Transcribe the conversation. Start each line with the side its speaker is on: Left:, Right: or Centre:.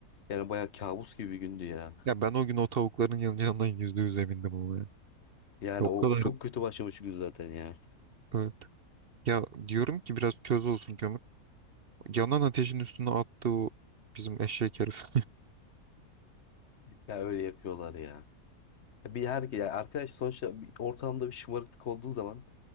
Left: Yani bayağı kabus gibi bir gündü ya.
Right: Ya ben o gün o tavukların yanacağından yüzde yüz emindim ama ya.
Left: Yani
Right: Ya O
Left: o
Right: kadar
Left: çok kötü başlamış gün zaten ya.
Right: evet. Ya diyorum ki biraz köz olsun kömür. Yanan ateşin üstüne attı o bizim eşek herif.
Left: Ya öyle yapıyorlar ya. Ya Bir her ya arkadaş sonuçta bir ortamda bir şımarıklık olduğu zaman